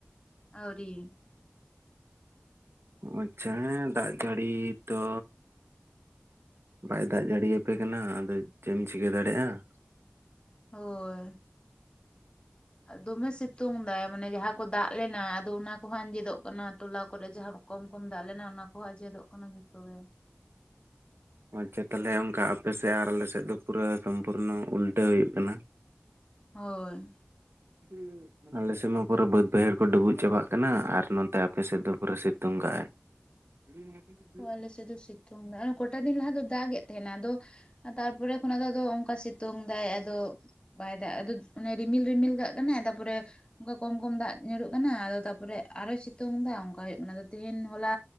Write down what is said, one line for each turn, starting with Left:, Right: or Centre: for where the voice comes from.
Left: ᱟᱣᱨᱤ᱾
Right: ᱟᱪᱪᱷᱟ ᱦᱮᱸ ᱫᱟᱜ ᱡᱟᱹᱲᱤ ᱛᱚ ᱵᱟᱭ ᱫᱟᱜ ᱡᱟᱹᱲᱤᱭᱟ ᱟᱯᱮ ᱠᱟᱱᱟ ᱟᱫᱚ ᱪᱮᱫ ᱮᱢ ᱪᱤᱠᱟᱹ ᱫᱟᱲᱮᱭᱟᱜᱼᱟ?
Left: ᱦᱳᱭ᱾ ᱫᱚᱢᱮ ᱥᱤᱛᱩᱝ ᱫᱟᱭ ᱢᱟᱱᱮ ᱡᱟᱦᱟᱸ ᱠᱚ ᱫᱟᱜ ᱞᱮᱱᱟ ᱟᱫᱚ ᱚᱱᱟ ᱠᱚᱦᱚᱸ ᱟᱸᱡᱮᱫᱚᱜ ᱠᱟᱱᱟ ᱛᱚᱞᱟ ᱠᱚᱨᱮ ᱡᱟᱦᱟᱸ ᱠᱚᱢ ᱠᱚᱢ ᱫᱟᱜ ᱞᱮᱱᱟ ᱚᱱᱟ ᱠᱚᱦᱚᱸ ᱟᱡᱮᱫᱚᱜ ᱠᱟᱱᱟ ᱡᱷᱚᱛᱚ ᱜᱮ᱾
Right: ᱟᱪᱪᱷᱟ ᱛᱟᱦᱚᱞᱮ ᱚᱱᱠᱟ ᱟᱯᱮᱥᱮᱫ ᱟᱨ ᱟᱞᱮ ᱥᱮᱫ ᱫᱚ ᱯᱩᱨᱟᱹ ᱥᱚᱢᱯᱩᱨᱱᱚ ᱩᱞᱴᱟᱹ ᱦᱩᱭᱩᱜ ᱠᱟᱱᱟ ᱾
Left: ᱦᱳᱭ᱾
Right: <inaudible> ᱟᱞᱮᱥᱮᱫ ᱢᱟ ᱯᱩᱨᱟᱹ ᱵᱟᱹᱫ ᱵᱟᱹᱭᱦᱟᱹᱲ ᱠᱚ ᱰᱩᱵᱩᱡ ᱪᱟᱵᱟᱜ ᱠᱟᱱᱟ ᱟᱨ ᱱᱚᱛᱮ ᱟᱯᱮ ᱥᱮᱫ ᱫᱚ ᱯᱩᱨᱟᱹ ᱥᱤᱛᱩᱝ ᱠᱟᱜ ᱟᱭ ᱾ <inaudible>
Left: ᱚ ᱟᱞᱮ ᱥᱮᱫ ᱫᱚ ᱥᱤᱛᱩᱝ ᱫᱟᱭ, ᱟᱨ ᱴᱟ ᱫᱤᱱ ᱞᱟᱦᱟ ᱫᱚ ᱫᱟᱜ ᱮᱫ ᱛᱟᱦᱮᱸᱱᱟᱭ ᱟᱫᱚ ᱛᱟᱨᱯᱚᱨᱮ ᱠᱷᱚᱱ ᱟᱫᱚ ᱫᱚ ᱚᱝᱠᱟ ᱥᱤᱛᱩᱝ ᱫᱟᱭ ᱟᱫᱚ ᱵᱟᱭ ᱫᱟᱜ ᱟᱫᱚ ᱚᱱᱮ ᱨᱤᱢᱤᱞ ᱨᱤᱢᱤᱞ ᱠᱟᱜ ᱠᱟᱱᱟᱭ ᱛᱟᱯᱚᱨᱮ ᱚᱱᱠᱟ ᱠᱚᱢ ᱠᱚᱢ ᱫᱟᱜ ᱧᱩᱨᱩᱜ ᱠᱟᱱᱟ ᱟᱫᱚ ᱛᱟᱨᱯᱚᱨᱮ ᱟᱨᱚᱭ ᱥᱤᱛᱩᱝ ᱫᱟ ᱚᱱᱠᱟ ᱦᱩᱭᱩᱜ ᱠᱟᱱᱟ ᱟᱫᱚ ᱛᱮᱦᱮᱧ ᱦᱚᱞᱟ